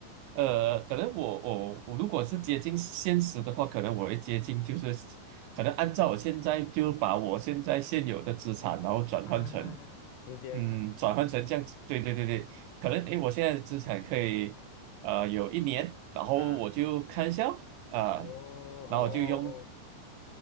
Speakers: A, on the right; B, on the left.
A: 呃，可能我我我如果是接近现实的话，可能我会接近，就是可能按照我现在就把我现在现有的资产，然后转换成，
B: 啊时间
A: 嗯，转换成这样子。对对对对，可能诶，我现在的资产可以，呃，有一年，然后我就看一下啊、
B: 啊？哦哦哦哦，
A: 然后我就用